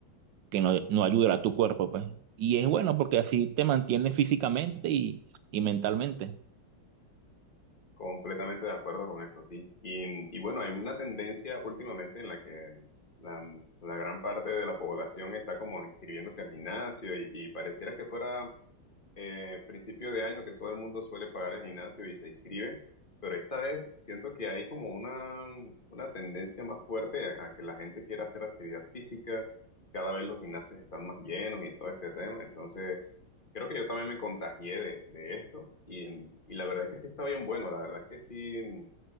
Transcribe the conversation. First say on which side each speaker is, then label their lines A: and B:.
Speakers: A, on the right (about 70°); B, on the left (about 30°).
A: que no, no ayudan a tu cuerpo, pues. Y es bueno porque así te mantienes físicamente y, y mentalmente.
B: Completamente de acuerdo con eso, sí. Y, y bueno, hay una tendencia últimamente en la que la, la gran parte de la población está como inscribiéndose al gimnasio y, y pareciera que fuera eh, principio de año que todo el mundo suele pagar el gimnasio y se inscribe, pero esta vez siento que hay como una, una tendencia más fuerte a, a que la gente quiera hacer actividad física, cada vez los gimnasios están más llenos y todo este tema, entonces creo que yo también me contagié de, de esto y, y la verdad es que sí está bien bueno, la verdad es que sí,